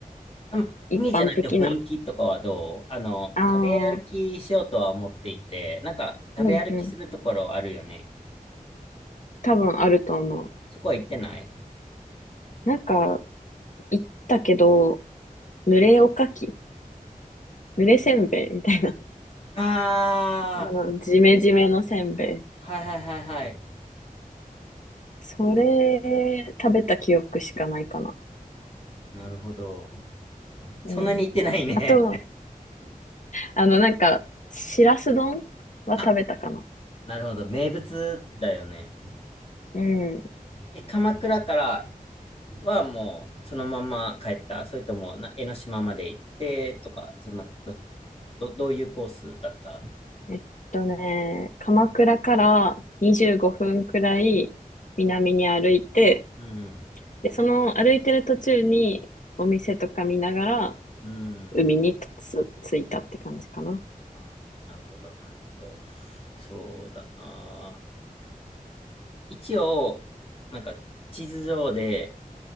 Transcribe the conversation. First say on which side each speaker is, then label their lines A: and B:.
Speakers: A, on the left (about 40°); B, on the left (about 60°).
A: でも海じゃなくて雰囲気とかはどうあの、
B: 一般的な。あ
A: 食べ歩きしようとは思っていて、
B: あ、
A: なんか食べ歩きするところあるよね。
B: うんうん。多分あると思う。
A: そこは行ってない
B: なんか、行ったけど、濡れおかきぬれせんべいみたい
A: ああー、
B: な。あの、ジメジメのせんべい。
A: はいはいはいはい。
B: それ、食べた記憶しかないかな。
A: なるほど。
B: うん。
A: そんなに行ってないね。
B: あと、あの、なんか、しらす丼は食べたかな。
A: <laughs> あ、なるほど。名物だよね。
B: うん。
A: で、鎌倉からはもうそのまま帰った。それともな江ノ島まで行ってとか、そんな、ど、ど、どういうコースだった
B: えっとね、鎌倉から25分くらい南に歩いて、
A: うん。
B: で、その歩いてる途中にお店とか見ながら
A: うん。
B: 海につ、着いたって感じかな。
A: あーなるほど、なるほど。そうだな。一応、なんか地図上で、